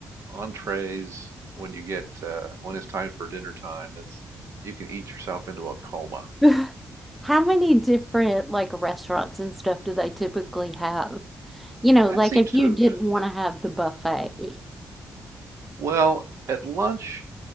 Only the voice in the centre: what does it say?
<sighs> <laughs> How many different like restaurants and stuff do they typically have? You know,
like
if
you
didn't want to have the buffet.